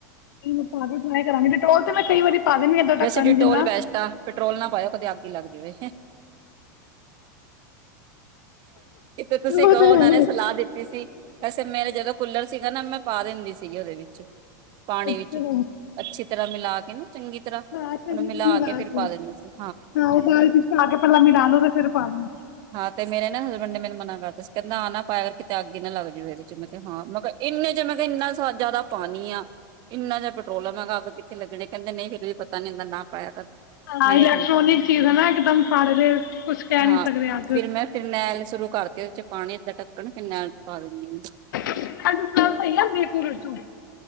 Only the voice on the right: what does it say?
ਵੈਸੇ ਡਿਟੋਲ
ਵੈਸਟ ਆਂ, ਪੈਟਰੋਲ ਨਾ ਪਾਔ। ਕੀਤੇ ਅੱਗ ਹੀ ਲੱਗ ਜਾਵੇ। ਕਿਤੇ ਤੁਸੀਂ
ਕਹੋ
ਔਨਾਂ
ਨੇ ਸਲਾਹ ਦਿੱਤੀ ਸੀ, ਵੈਸੇ ਮੇਰੇ ਜਦੋਂ ਕੂਲਰ ਸੀਗਾ ਨਾ ਮੈਂ ਪਾ ਦਿੰਦੀ ਸੀਗੀ ਔਦੇ ਵਿੱਚ। ਪਾਣੀ
ਵਿੱਚ, ਅੱਛੀ ਤਰ੍ਹਾਂ ਮਿਲਾ ਕੇ ਨਾ ਚੰਗੀ ਤਰ੍ਹਾਂ
ਉਹਨੂੰ
ਫਿਰ
ਪਾ ਦਿੰਦੇ ਸੀ
ਹਾਂ ਤੇ ਮੇਰੇ ਨਾ ਹਸਬੈਂਡ ਨੇ ਮੈਨੂੰ ਮਨਾ ਕਰਤਾ ਸੀ, ਕਹਿੰਦੇ ਆਹ ਨਾ ਪਾਇਆ ਕਰ, ਕਿਤੇ ਅੱਗ ਹੀ ਨਾ ਲੱਗ ਜਾਵੇ ਇਹ ਮੈਂ ਕਿਆ ਹਾਂ, ਮੈਂ ਕਿਆ ਏਨੇ ਜੇ ਇੰਨਾ ਸਾ ਜਾਦਾ ਪਾਣੀ ਆ। ਇੰਨਾ ਜਾ ਪੈਟਰੋਲ ਲਗਣਾ, ਮੈਂ ਕਿਹਾ ਅੱਗ ਕਿੱਥੇ ਲੱਗਨੀ। ਕਹਿੰਦੇ ਨਹੀਂ ਫਿਰ ਵੀ ਪਤਾ ਨਹੀ ਹੁੰਦਾ, ਨਾ ਪਾਇਆ ਕਰ।
ਮੈਂ ਕਿਹਾ
ਠੀਕ ਹੈ
ਹਾਂ
ਫਿਰ ਮੈਂ ਫਿਰ ਮੈਂ <unintelligible> ਸ਼ੁਰੂ ਕਰਤੀ ਔਦੇ ਚ ਪਾਣੀ ਅਦਾ ਟਕਣ ਫਿਰਨੇਲ ਪਾ ਦਿੰਣੀ ਆ